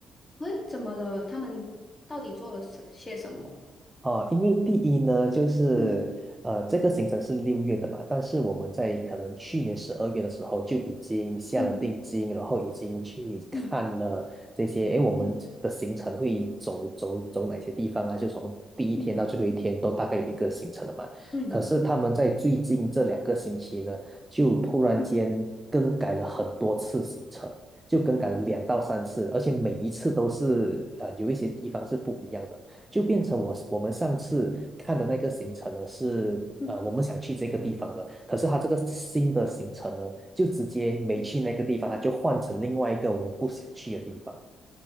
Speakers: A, on the left (about 20°); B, on the right (about 15°).
A: 喂，怎么了？他们到底做了什些什么？
B: 哦，因为第一呢，就是呃，
A: 嗯
B: 这个行程是六月的嘛，但是我们在可能去年十二月的时候就已经下了定金，
A: 嗯
B: 然后已经去看了这些，
A: 嗯
B: 诶，我们的行程会走走走哪些地方啊？
A: 嗯
B: 就从第一天到最后一天都大概有一个行程了嘛。
A: 嗯嗯
B: 可是他们在最近这两个星期呢，就突然间更改了很多次行程。
A: 嗯
B: 就更改了两到三次，而且每一次都是呃有一些地方是不一样的。就变成我我们上次看的那个行程呢是呃我们想去这个地方的，
A: 嗯
B: 可是他这个新的行程呢就直接没去那个地方，
A: 嗯，
B: 他就换成另外一个我们不想去的地方。